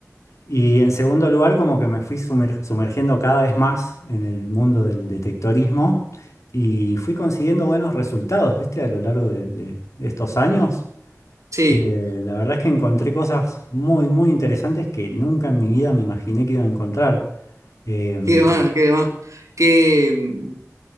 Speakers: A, on the left; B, on the right.
A: Y en segundo lugar, como que me fui sumer- sumergiendo cada vez más en el mundo del detectorismo y fui consiguiendo buenos resultados, ¿viste? A lo largo de, de- de estos años.
B: Sí,
A: Eh, la verdad es que encontré cosas muy, muy interesantes que nunca en mi vida me imaginé que iba a encontrar. Eh,
B: qué
A: te-
B: más, qué más. ¿Qué, mm,